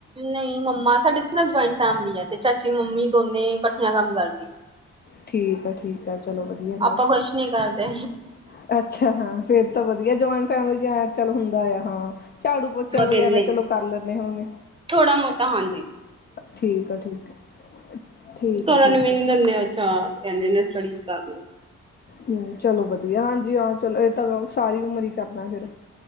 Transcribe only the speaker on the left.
ਠੀਕ ਆ ਠੀਕ ਆ ਚਲੋ ਵਧੀਆ ਗੱਲ
ਆ ਅੱਛਾ, ਹਾਂ ਫੇਰ ਤਾਂ ਵਧੀਆ, ਜੁਆਇੰਨ ਫੈਮਲੀ ਐ। ਚੱਲ ਹੁੰਦਾ ਆ ਹਾਂ ਝਾੜੂ, ਪੋਚਾ ਵਗੈਰਾ
ਚਲੋ
ਕਰ ਲੈਂਨੇ ਹੁਣੇ।
ਠੀਕ ਆ ਠੀਕ ਆ ਠੀਕ
ਆ ਠੀਕ
ਆ
ਹੂੰ, ਚਲੋ ਵਧੀਆ, ਹਾਂਜੀ ਹਾਂ ਚਲੋ ਇਹ ਤਾਂ ਸਾਰੀ ਉਮਰ ਹੀ ਕਰਨਾ ਫੇਰ।